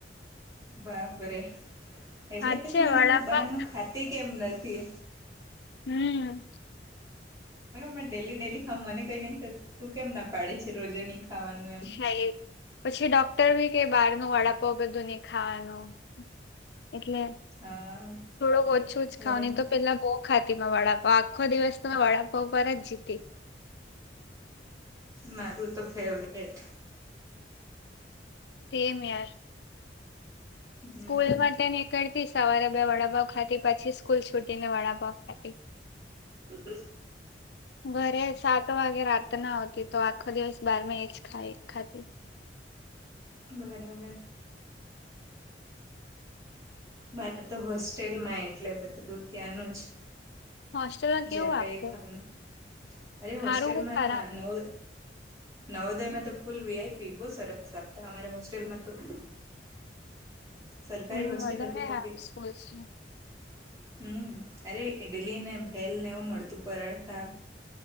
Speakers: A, on the right; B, on the left.
A: બાપરે એટલે
B: હાચે
A: મે
B: વડાપાવ
A: કેમ તું બહાર નુ ખાતે કેમ નથી.?
B: હમમ
A: મે ડેલી ડેલી ખાવ મને કઈ નઈ થતું, કેમ ના પાડીે છે રોજે નહી ખાવાનું એમ
B: હા એ પછી ડોક્ટર બી કે બહારનું વડાપાવ બધું નહીં ખાવાનું. એટલે
A: હા
B: થોડુંક ઓછું
A: બરાબર
B: જ ખાવ ની તો પેલા બો ખાતી માં વડાપાવ આખો દિવસ તો મેં વડાપાવ ઉપર જ જીતી.
A: મારું તો ફેવરેટ
B: સેમ યાર,
A: હમ
B: સ્કૂલ માટે નીકળતી સવારે બે વડાપાવ ખાતી, પછી સ્કૂલ છૂટી ને વડાપાવ ખાતે.
A: <inaudible>
B: <inaudible> ઘરે સાત વાગે રાત ના આવતી તો આખો દિવસ બાર મે એ જ ખાય એક ખાતી.
A: બરાબર, મારા તો હોસ્ટેલમાં એટલે બધું ત્યાંનું જ.
B: હોસ્ટેલમાં કેવું
A: જે આપે
B: આપતું
A: તે ખાવાનું અરે હોસ્ટેલમાં
B: હારું કે ખરાબ
A: નવ નવોદય મા ફૂલ વિઆઈપી બહુ સરસતામા હોસ્ટેલમા તો
B: <unintelligible>
A: સરકારી હોસ્ટેલ
B: વધારે
A: હતી તો
B: હાફ
A: બી.
B: સ્કૂલ છે
A: હમ અરે ઇડલી ને ભેલ ને એવું મળતું પરાઠા